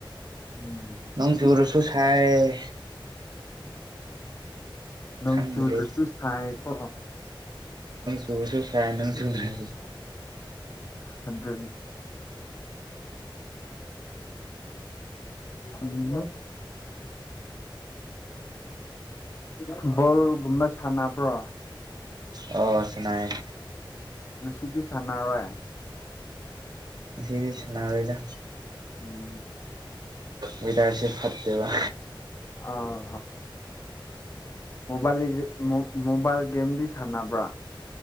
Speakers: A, on the left; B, on the right.
A: ꯎꯝ
B: ꯅꯪ ꯌꯨꯔꯁꯨ ꯁꯥꯏ
A: ꯅꯪ
B: ꯈꯪꯗ꯭ꯔꯦ
A: ꯆꯨꯗ꯭ꯔꯨꯁ ꯊꯥꯏ ꯀꯣ
B: ꯇ ꯐꯥꯏꯣ
A: ꯑꯗꯨꯗ ꯎꯝ ꯐꯨꯠꯕꯣꯜꯒꯨꯝꯕ ꯁꯥꯟꯅꯕ꯭ꯔꯣ
B: ꯑꯣ ꯁꯉꯥꯏ
A: ꯉꯗꯤ ꯁꯥꯟꯅꯔꯣꯏ
B: ꯁꯤ ꯁꯅꯥꯔꯣꯏꯗ
A: ꯎꯝ
B: ꯑꯣꯗꯁꯦ ꯐꯗꯇ
A: ꯑꯥ ꯍꯣꯏ ꯃꯣꯕꯥꯏꯜ ꯒꯦꯝꯗꯤ ꯁꯥꯟꯅꯕ꯭ꯔꯥ